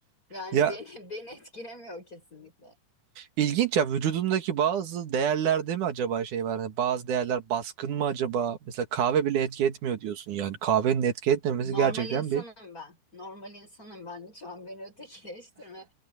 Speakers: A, on the left (about 20°); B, on the right (about 60°).
A: Yani
B: Ya
A: beni <laughs> beni etkilemiyor kesinlikle.
B: ilginç ya vücudundaki bazı değerler değil mi acaba şey var? Hani bazı değerler baskın mı acaba? Mesela kahve bile etki etmiyor diyorsun yani. Kahvenin etki etmemesi
A: Normal
B: gerçekten
A: insanım
B: bir
A: ben. Normal insanım ben. Lütfen beni ötekileştirme.